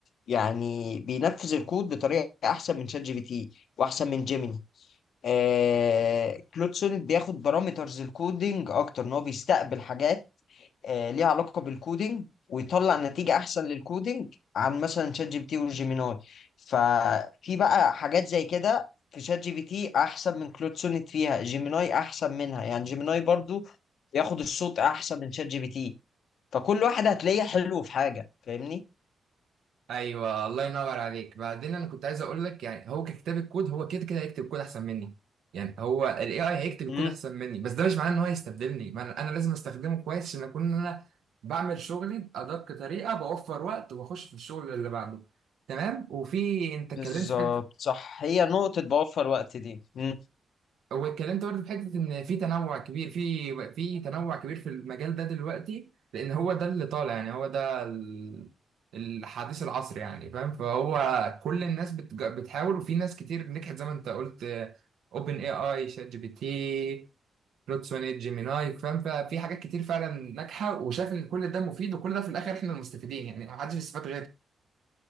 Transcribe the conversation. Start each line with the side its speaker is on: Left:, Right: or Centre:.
Left: يعني بينفذ الكود بطريقه احسن من شات جي بي تي واحسن من جيميني آه كلود سونيت بياخد بارامترز الكودينج اكتر ان هو بيستقبل حاجات آه ليها علاقه بالكودينج ويطلع نتيجه احسن للكودينج عن مثلا شات جي بي تي وجيميناي ففي بقى حاجات زي كده في شات جي بي تي احسن من كلود سونيت فيها جيميناي احسن منها يعني جيميناي برضو بياخد الصوت احسن من شات جي بي تي فكل واحد هتلاقيه حلو في حاجه فاهمني
Right: ايوه الله ينور عليك بعدين انا كنت عايز اقول لك يعني هو ككتاب الكود هو كده كده هيكتب كود احسن مني يعني هو الاي اي هيكتب الكود
Left: مم.
Right: احسن مني بس ده مش معناه ان هو هيستبدلني ما انا أنا لازم استخدمه كويس عشان اكون إن انا بعمل شغلي بادق طريقه بوفر وقت وبخش في الشغل اللي بعده تمام وفي انت اتكلمت
Left: بالظبط
Right: في حته
Left: صح هي نقطه بوفر وقت دي مم.
Right: واتكلمت برضه في حته ان في تنوع كبير في في تنوع كبير في المجال ده دلوقتي لان هو ده اللي طالع يعني هو ده ال- الحديث العصر يعني فاهم فهو كل الناس بتج- بتحاول وفي ناس كتير نجحت زي ما انت قلت اوبن اي اي شات جي بي تي بلوتسوني جيميناي فاهم ففي حاجات كتير فعلا ناجحه وشاف ان كل ده مفيد وكل ده في الاخر احنا المستفيدين يعني محدش بيستفاد